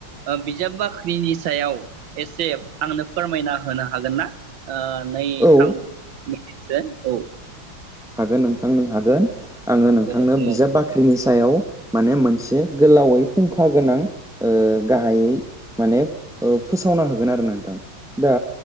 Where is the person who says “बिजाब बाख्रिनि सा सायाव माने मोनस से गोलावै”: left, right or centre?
Centre